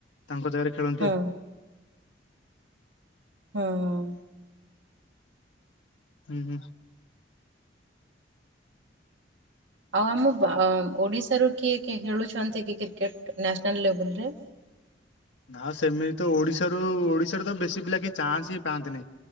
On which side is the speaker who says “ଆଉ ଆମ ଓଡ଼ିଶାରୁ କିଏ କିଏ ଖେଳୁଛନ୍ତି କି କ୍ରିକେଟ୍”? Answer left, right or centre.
Right